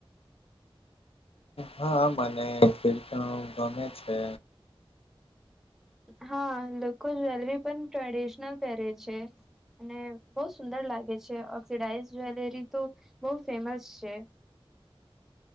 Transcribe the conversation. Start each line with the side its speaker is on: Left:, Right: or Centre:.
Left: હા મને પેલું ગમે છે
Centre: હા લોકો જ્વેલરી પણ ટ્રેડિશનલ પેરે છે, અને બો સુંદર લાગે છે ઓક્સિડાઇઝ જ્વેલરી તો બો ફેમસ છે